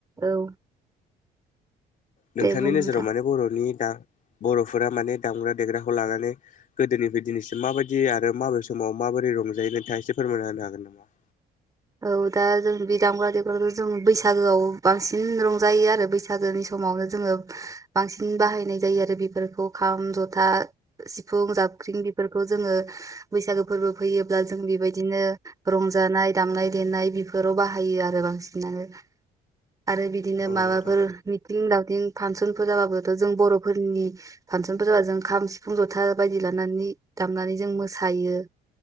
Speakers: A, on the right; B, on the left.
A: औ।
B: नोंथांनि
A: दे बुं
B: नोजोराव
A: नोंथां
B: माने बर'नि दा बर'फोरा माने दामग्रा देग्राखौ लानानै गोदोनिफाय दिनैसिम माबायदि आरो माबे समाव माबोरै रंजायो नोंथाङा एसे फोरमायना होनो हागोन नामा?
A: औ दा जों बे दामग्रा-देग्रा जों बैसागोआव बांसिन रंजायो आरो बैसागोनि स मावनो जोङो बांसिन बाहायनाय जायो आरो बेफोरखौ खाम, जथा, सिफुं, जाब ख्रिं बेफोरखौ जोङो बैसागो फोरबो फैयोब्ला जों बेबायदिनो रंजानाय दामनाय-देनाय बेफोराव बाहायो आरो बांसिनानो। आरो बिदिनो
B: औ
A: माबाफोर
B: नोंथां
A: मिथिं-दावथिं फासनफोर जाबाबोथ' जों बर' फोरनि फासनफोर जा जों खाम, सिफुं, जथा बायदि लानानै दामनानै जों मोसायो